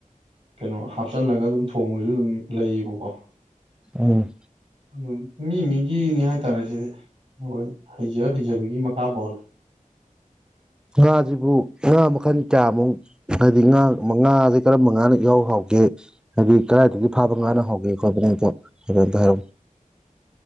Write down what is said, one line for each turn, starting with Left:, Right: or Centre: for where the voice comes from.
Right: ꯀꯩꯅꯣ ꯍꯥꯞꯆꯜꯂꯒ ꯑꯗꯨꯝ ꯊꯣꯡꯕꯁꯨ ꯑꯗꯨꯝ ꯂꯩꯌꯦꯕꯀꯣ
Centre: ꯎꯝ
Right: ꯑꯗꯨ ꯃꯤ ꯃꯤꯒꯤꯅꯤ ꯍꯥꯏꯇꯥꯔꯦ ꯁꯤꯗꯤ ꯑꯩꯈꯣꯏ ꯍꯩꯖ ꯍꯩꯖꯕꯒꯤ ꯃꯈꯥ ꯄꯣꯜꯂꯦ
Centre: ꯉꯥꯁꯤꯕꯨ ꯉꯥ ꯃꯈꯜ ꯀꯌꯥꯃꯨꯛ ꯍꯥꯏꯗꯤ ꯉꯥ ꯉꯥꯁꯦ ꯀꯔꯝꯕ ꯉꯥꯅ ꯏꯍꯥꯎ ꯍꯧꯒꯦ ꯍꯥꯏꯗꯤ ꯀꯗꯥꯏꯗꯒꯤ ꯐꯥꯕ ꯉꯥꯅ ꯍꯥꯎꯒꯦ ꯈꯣꯠꯄꯅꯣꯗꯣ ꯑꯝꯇ ꯍꯥꯏꯔꯝꯃꯨ